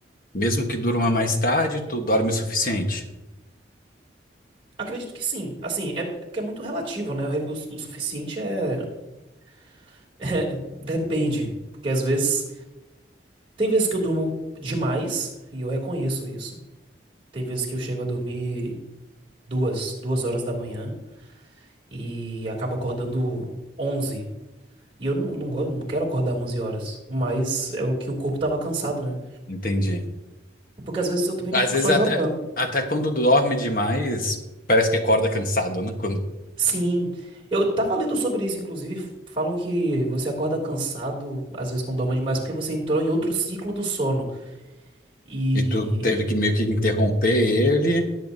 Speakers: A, on the left; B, on the right.
A: mesmo que durma mais tarde, tu dorme o suficiente.
B: Acredito que sim. Assim, é, é porque é muito relativo, né? O, re- o su- o suficiente é, <laughs> é- Depende. Porque às vezes. Tem vezes que eu durmo demais, e eu reconheço isso. Tem vezes que eu chego a dormir duas, duas horas da manhã e acabo acordando 11. E eu não, não gosto, não quero acordar 11 horas. Mas é o que o corpo tava cansado, né?
A: Entendi.
B: Porque às vezes eu também
A: Às
B: não fico
A: vezes
B: só
A: até,
B: jogando.
A: até quando dorme demais, parece que acorda cansado, né? Quando,
B: Sim, eu tava lendo sobre isso, inclusive, f- falam que você acorda cansado, às vezes quando dorme demais, porque você entrou em outro ciclo do sono. E
A: e tu teve que meio que interromper ele.